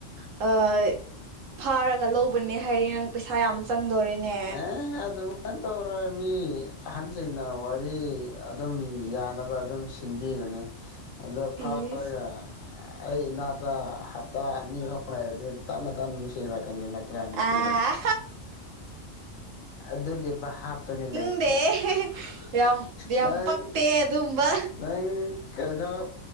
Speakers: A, on the right; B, on the left.
A: <unintelligible> ꯐꯥꯔꯒ ꯂꯧꯕꯅꯦ ꯍꯥꯏꯔꯦ ꯅꯪ ꯄꯩꯁꯥ ꯌꯥꯝ ꯆꯪꯗꯣꯔꯦꯅꯦ
B: ꯑꯦ ꯑꯗꯨꯝ ꯀꯩꯝ ꯇꯧꯔꯣꯏ ꯃꯤ ꯑꯍꯟꯁꯤꯡꯅ ꯋꯥꯔꯤ ꯑꯗꯨꯝ ꯌꯥꯅꯕ ꯑꯗꯨꯝ ꯁꯤ ꯁꯤꯟꯕꯤꯒꯅꯤ ꯑꯗꯣ ꯐꯥꯔꯒ
A: ꯏꯁ
B: ꯑꯩ ꯏꯅꯥꯠꯇ ꯍꯞꯇꯥ ꯑꯅꯤ ꯑꯍꯨꯝ ꯂꯩꯔꯗꯤ ꯇꯞꯅ ꯇꯞꯅ ꯅꯨꯡꯁꯤꯔꯛꯀꯅꯤꯅꯦ ꯇ꯭ꯔꯥꯏꯐ ꯅꯨꯄꯤꯔ
A: ꯑ
B: ꯑꯗꯨꯒꯤ ꯕꯍꯥꯞꯇꯅꯤ ꯂꯩ
A: ꯈꯪꯗꯦ ꯌꯥꯝ ꯌꯥꯝ
B: ꯅꯪ
A: ꯄꯛꯇꯦ ꯑꯗꯨꯝꯕ
B: ꯅꯪ ꯀꯩꯅꯣ